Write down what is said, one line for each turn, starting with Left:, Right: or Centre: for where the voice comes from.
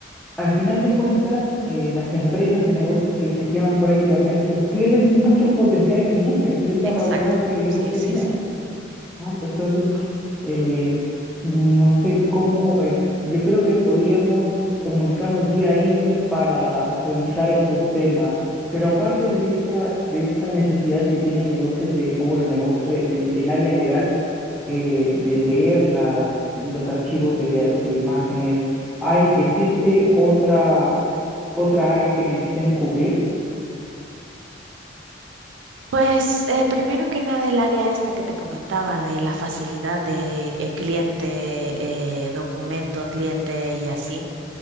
Centre: al final de cuentas, eh, las empresas o negocios que se quedan fuera de Internet, pues pierden mucho potencial de clientes. Es la
Right: Exacto,
Centre: realidad que vivimos
Right: sí,
Centre: hoy
Right: sí,
Centre: día.
Right: sí.
Centre: Ah, pues entonces, eh, no sé cómo, eh, yo creo que podríamos comunicarnos vía email para revisar estos temas, pero aparte de esta, de esta necesidad que tiene el negocio de, o bueno, el negocio, el, el, el área legal, eh, de leer las, los archivos de, lea- de imágenes, ¿hay, existe otra, otra área que necesiten cubrir,
Right: Pues eh, primero que nada el área esta que te comentaba de la facilidad de eh, cliente, eh, documento, cliente y así.